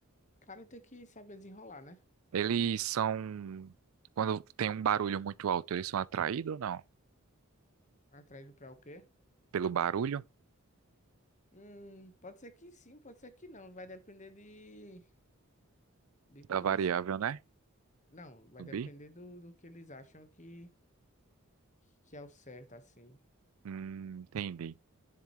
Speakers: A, on the left; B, on the right.
A: cara tem que saber desenrolar, né?
B: Eles são. Quando tem um barulho muito alto, eles são atraídos ou não?
A: Atraído pra o quê?
B: Pelo barulho
A: Hum, pode ser que sim, pode ser que não. Vai depender de, de toda
B: da variável,
A: essa.
B: né?
A: Não, vai
B: Zumbi?
A: depender do, do que eles acham que, que é o certo, assim.
B: Hum, entendi.